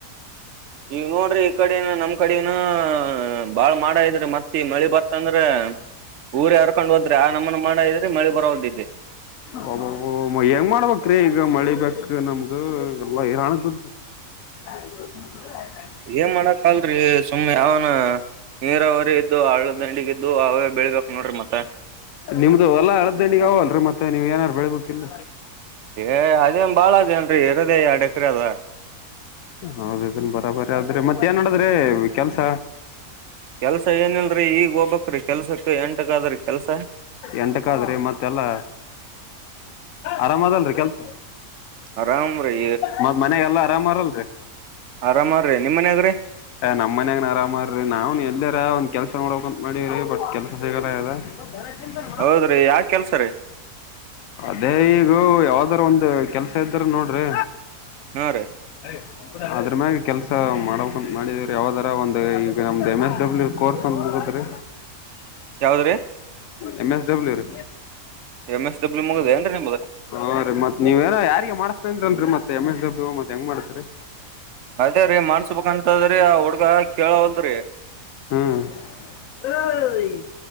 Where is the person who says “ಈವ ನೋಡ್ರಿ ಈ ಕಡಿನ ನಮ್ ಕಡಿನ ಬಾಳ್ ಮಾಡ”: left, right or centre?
Right